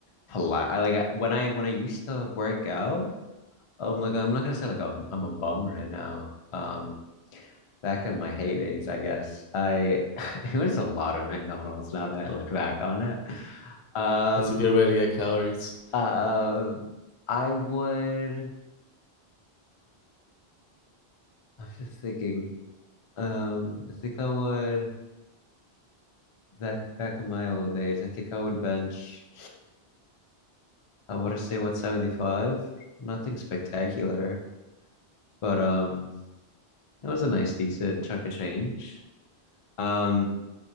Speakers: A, on the left (about 45°); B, on the left (about 65°).
A: polite. I like when I when I used to work out. I'm like I'm not gonna say like I'm, I'm a bum right now. Um, back in my heydays, I guess. I <laughs> it was a lot of McDonald's now that I look back on it. Um,
B: That's a good way to get calories.
A: uh, I would. I'm just thinking. Um, I think I would back back in my old days. I think I would bench. I want to say 175. Nothing spectacular, but um, it was a nice, decent chunk of change. Um,